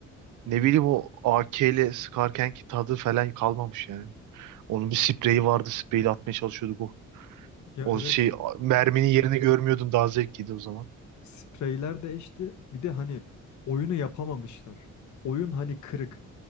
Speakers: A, on the right; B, on the left.
A: Ne bileyim o AK ile sıkarken ki tadı falan kalmamış yani. Onun bir spreyi vardı. Spreyle atmaya çalışıyorduk o.
B: Ya
A: O
B: evet
A: şey a- merminin yerini görmüyordun daha zevkliydi o zaman.
B: Spreyler değişti. Bir de hani oyunu yapamamışlar. Oyun hani kırık.